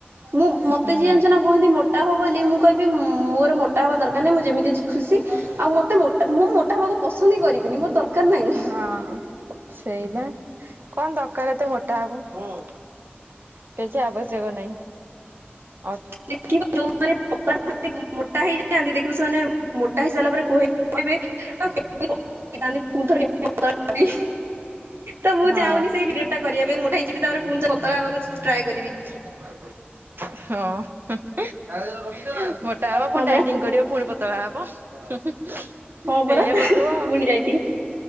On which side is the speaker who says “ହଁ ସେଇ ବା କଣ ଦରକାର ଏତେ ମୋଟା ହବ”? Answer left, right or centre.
Right